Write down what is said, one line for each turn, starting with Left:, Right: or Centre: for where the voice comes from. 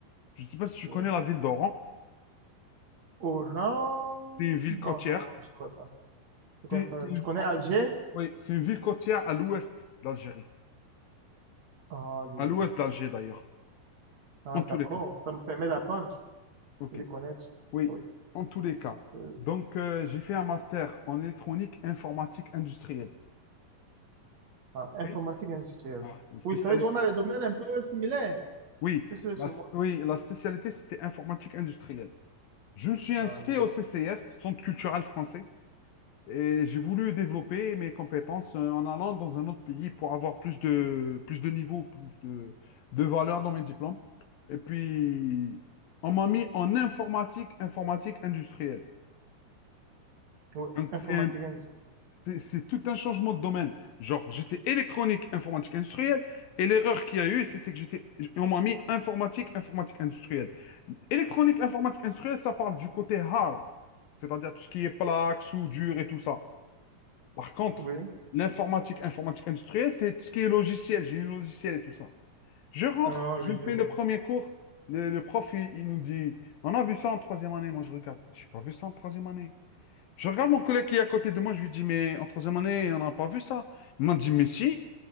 Left: Je ne sais pas si tu
Right: Oui.
Left: connais la ville d'Oran.
Right: Oran?
Left: C'est une ville
Right: Non,
Left: côtière.
Right: non, non, je ne crois pas. Je ne connais
Left: C'est
Right: pas.
Left: c'est une,
Right: Tu connais
Left: oh,
Right: Alger?
Left: oui, c'est une ville côtière à l'ouest d'Algérie.
Right: Ah, je
Left: À
Right: vois.
Left: l'ouest d'Alger, d'ailleurs.
Right: Ah,
Left: En tous
Right: d'accord.
Left: les cas.
Right: Ça me permet d'apprendre
Left: OK.
Right: et de connaître.
Left: Oui,
Right: Oui.
Left: en tous les cas.
Right: Euh,
Left: Donc, euh, j'ai fait un master en électronique informatique industrielle.
Right: ah, informatique
Left: OK.
Right: industrielle.
Left: Ah, la spécialité.
Right: Oui, ça veut dire qu'on a des domaines un peu similaires.
Left: Oui,
Right: puisque
Left: la,
Right: chez
Left: sp-
Right: moi.
Left: oui, la spécialité, c'était informatique industrielle. Je me suis inscrit
Right: Ah, je vois.
Left: au CCF, Centre culturel français. Et j'ai voulu développer mes compétences euh, en allant dans un autre pays pour avoir plus de, plus de niveau, plus de, de valeur dans mes diplômes. Et puis, on m'a mis en informatique, informatique industrielle.
Right: Oui,
Left: Donc,
Right: informatique
Left: c'est un-
Right: industrielle.
Left: c'est c'est tout un changement de domaine. Genre, j'étais électronique, informatique industrielle, et l'erreur qu'il y a eu, c'était que j'étais, on m'a mis informatique, informatique industrielle. Électronique, informatique industrielle, ça parle du côté hard, c'est-à-dire tout ce qui est plaques, soudure et tout ça. Par contre,
Right: Oui.
Left: l'informatique, informatique industrielle, c'est tout ce qui est logiciel, génie logiciel et tout ça. Je rentre,
Right: Ah,
Left: je
Right: oui, je
Left: fais
Right: vois.
Left: le premier cours. Le, le prof, il, il nous dit, on a vu ça en troisième année. Moi, je regarde, j'ai pas vu ça en troisième année. Je regarde mon collègue qui est à côté de moi, je lui dis, mais en troisième année, on n'a pas vu ça. Il m'a dit, mais si.